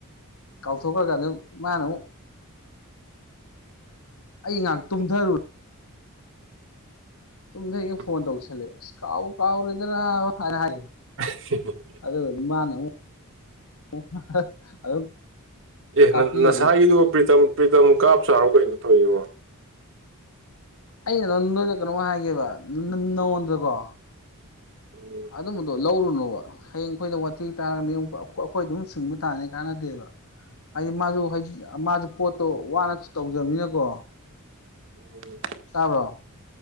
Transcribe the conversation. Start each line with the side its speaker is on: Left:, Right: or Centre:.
Left: ꯀꯥꯎꯊꯣꯛꯈ꯭ꯔꯒꯗꯨꯝ ꯃꯥꯅ ꯑꯃꯨꯛ ꯑꯩ ꯉꯥꯏꯍꯥꯛ ꯇꯨꯝꯊꯔꯨꯔꯦ ꯇꯨꯝꯗꯩꯉꯩ
Right: ꯎꯝ
Left: ꯐꯣꯟ ꯇꯧꯁꯜꯂꯦ ꯑꯁ ꯀꯥꯎ ꯀꯥꯎꯔꯦꯗ ꯅꯥꯕ ꯍꯥꯏꯔ ꯍꯥꯏ
Right: <unintelligible>
Left: ꯑꯗꯨꯒꯗꯤ ꯃꯥꯅ ꯑꯃꯨꯛ <unintelligible>
Right: ꯑꯦ
Left: ꯀꯥꯞꯄꯤꯈꯔꯦ
Right: ꯅꯁꯥꯏꯒꯤꯗꯨ ꯄ꯭ꯔꯤꯇꯝ ꯄ꯭ꯔꯤꯇꯝ ꯀꯥꯞ ꯆꯥꯔꯣ ꯀꯩꯅꯣ ꯊꯧꯏꯖꯤꯕꯣ
Left: ꯑꯩꯅ ꯅ ꯅꯣꯏꯗ ꯀꯩꯅꯣꯝ ꯍꯥꯏꯒꯦꯕ ꯅ ꯅꯉꯣꯟꯗꯀꯣ
Right: ꯎꯝ
Left: ꯑꯗꯨꯝꯕꯗꯣ ꯂꯧꯔꯨꯅꯣꯕ ꯍꯌꯦꯡ ꯑꯩꯈꯣꯏꯗ ꯋꯥꯊꯤ ꯇꯥꯔꯅꯤ ꯑꯩꯈꯣꯏ ꯑꯗꯨꯝ ꯁꯤꯡꯕ ꯇꯥꯅꯤ ꯀꯥꯟꯅꯗꯦꯕ ꯍꯥꯏꯗꯤ ꯃꯥꯁꯨ ꯍꯥꯏꯗꯤ ꯃꯥꯁꯨ ꯄꯣꯠꯇꯣ ꯋꯥꯅꯁꯨ ꯇꯧꯖꯕꯅꯤꯅꯀꯣ
Right: ꯎꯝ
Left: ꯇꯥꯕ꯭ꯔꯣ